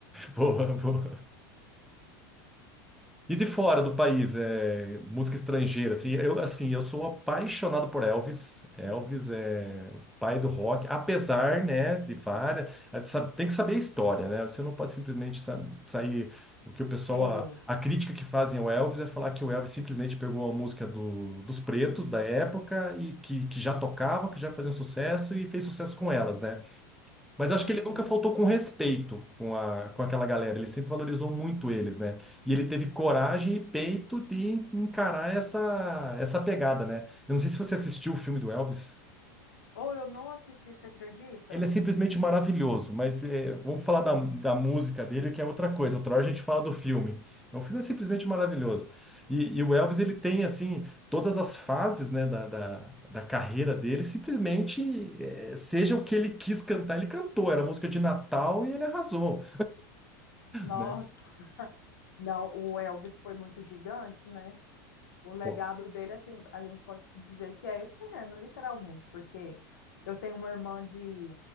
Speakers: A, in the centre; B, on the left.
A: <laughs> Boa, boa. E de fora do país, é, música estrangeira, assim, eu, assim, eu sou apaixonado por Elvis. Elvis é o pai do rock, apesar, né, de várias... ah, sa- Tem que saber a história, né? Você não pode simplesmente sa- sair... O que o pessoal...
B: É.
A: A, a crítica que fazem ao Elvis é falar que o Elvis simplesmente pegou a música do- dos pretos da época e que, que já tocavam, que já faziam sucesso e fez sucesso com elas, né? Mas eu acho
B: Uhum.
A: que ele nunca faltou com respeito com, a, com aquela galera. Ele sempre valorizou muito eles, né? E ele teve coragem e peito de encarar essa, essa pegada, né? Eu não sei se você assistiu o filme do Elvis.
B: Ou eu não assisti, você acredita?
A: Ele é simplesmente maravilhoso, mas é, vamos falar da, da música dele, que é outra coisa. Outra hora a gente fala do filme. O filme é simplesmente maravilhoso. E, e o Elvis, ele tem, assim, todas as fases, né, da, da, da carreira dele, simplesmente, é, seja o que ele quis cantar, ele cantou. Era música de Natal e ele arrasou.
B: Nossa,
A: né?
B: não, o Elvis foi muito gigante, né? O legado
A: Pô,
B: dele, assim, a gente pode dizer que é eterno, literalmente, porque eu tenho uma irmã de